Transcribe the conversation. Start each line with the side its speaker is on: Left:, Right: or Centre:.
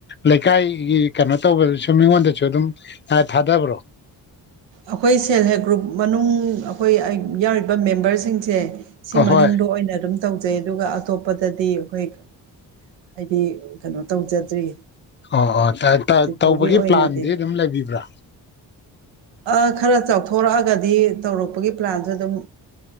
Left: ꯂꯩꯀꯥꯏꯒꯤ ꯀꯩꯅꯣ ꯇꯧꯕꯗꯨꯁꯨꯝ ꯃꯤꯉꯣꯟꯗꯩꯁꯨ ꯑꯗꯨꯝ ꯑ ꯊꯥꯗꯕ꯭ꯔꯣ
Right: ꯑꯈꯣꯏ ꯁꯦꯜꯐ ꯍꯦꯜꯞ ꯒ꯭ꯔꯨꯞ ꯃꯅꯨꯡ ꯑꯈꯣꯏ ꯑꯩ ꯌꯥꯎꯔꯤꯕ ꯃꯦꯝꯕꯔꯁꯤꯡꯁꯦ ꯁꯤ
Left: ꯑꯍꯣꯏ
Right: ꯃꯅꯨꯡꯗ ꯑꯣꯏꯅ ꯑꯗꯨꯝ ꯇꯧꯖꯩ ꯑꯗꯨꯒ ꯑꯇꯣꯞꯄꯗꯗꯤ ꯑꯩꯈꯣꯏ ꯍꯥꯏꯗꯤ ꯀꯩꯅꯣ ꯇꯧꯖꯗ꯭ꯔꯤ
Left: ꯑꯣ ꯍꯣꯏ <unintelligible>
Right: ꯍꯧꯖꯤꯛ
Left: ꯇꯧꯕꯒꯤ
Right: ꯐꯥꯎꯒꯤ ꯑꯣꯏꯅꯗꯤ
Left: ꯄ꯭ꯂꯥꯟꯗꯤ ꯑꯗꯨꯝ ꯂꯩꯕꯤꯕ꯭ꯔꯥ
Right: ꯑ ꯈꯔ ꯆꯥꯎꯊꯣꯔꯛꯑꯒꯗꯤ ꯇꯧꯔꯛꯄꯒꯤ ꯄ꯭ꯂꯥꯟꯁꯨ ꯑꯗꯨꯝ